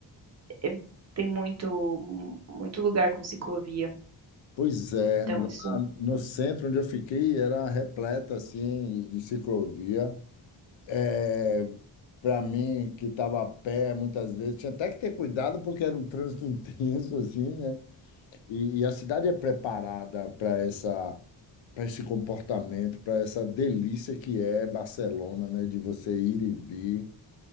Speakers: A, on the right; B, on the left.
A: é- tem muito, muito lugar com ciclovia.
B: Pois é,
A: Então,
B: lá
A: isso.
B: no centro onde eu fiquei era repleta assim de ciclovia. é para mim que estava a pé muitas vezes tinha até que ter cuidado porque era um trânsito <laughs> intenso assim, né? E, e a cidade é preparada para essa para esse comportamento, para essa delícia que é Barcelona, né? De você ir e vir.